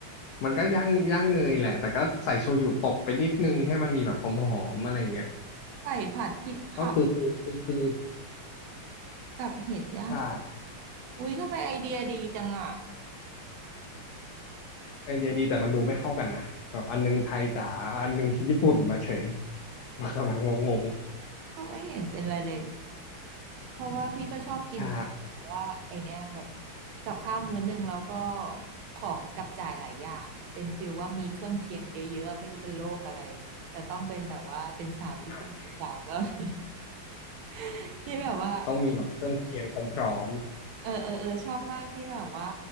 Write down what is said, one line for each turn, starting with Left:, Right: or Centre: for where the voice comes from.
Left: มันก็ย่างย่างเนยแหละแต่ก็ใส่โชยุตบไปนิดนึงให้มันมีแบบหอมๆอะไรเงี้ย
Right: ไก่ผัดพริกเผา
Left: ก็คือคือคือคือ
Right: กับเห็ดย่าง
Left: ใช่
Right: อุ้ยทำไมไอเดียดีจังอ่ะ
Left: ไอเดียดีแต่มันดูไม่เข้ากันนะแบบอันนึงไทยจ๋าอันนึงญี่ปุ่นมาเฉยมาแบบงง
Right: ก็ไม่เห็นเป็นไรเลยเพราะว่าพี่ก็ชอบกินแบบว่าไอเนี้ยแบบ
Left: ๆใช่
Right: กับข้าวมื้อหนึ่งแล้วก็ของจับจ่ายหลายอย่างอะเป็นฟิลว่ามีเครื่องเคียงเยอะๆไม่รู้เป็นโรคอะไรแต่ต้องเป็นแบบว่าเป็นสาวญี่ปุ่นหรือสาวเกาหลี
Left: อ่
Right: <laughs> ที่แบบว่า
Left: ต้องมีแบบเครื่องเคียงพร้อม
Right: เออเออเออชอบมากที่แบบว่า